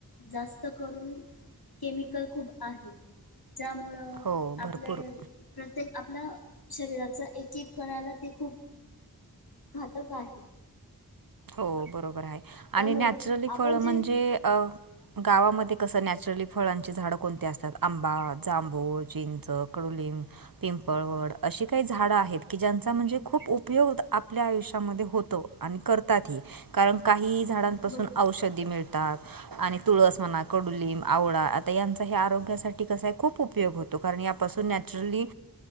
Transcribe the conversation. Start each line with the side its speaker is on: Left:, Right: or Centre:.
Left: जास्त करून. केमिकल खूप आहे. ज्यामुळं
Right: हो भरपूर
Left: आपले. प्रत्येक आपल्या शरीराचा एक एक करायला ते खूप. घातक आहे.
Right: हो बरोबर आहे
Left: त्यामुळं
Right: आणि नॅचरली
Left: आपण
Right: फळ म्हणजे.
Left: जे
Right: गावामध्ये कसं नॅचरली फळांची झाडं कोणती असतात. आंबा, जांभूळ, चिंच, कडुलिंब. पिंपळ, वड अशी काही झाडं आहेत की ज्यांचा म्हणजे खूप उपयोग आपल्या आयुष्यामध्ये होत. तो आणि करतातही कारण काही झाडांपासून
Left: बरोबर
Right: औषधी मिळतात. आणि तुळस म्हणा कडुलिंब, आवळा आता यांचा हे आरोग्यासाठी कस आहे खूप उपयोग. उपयोग होतो कारण यापासून नॅचरली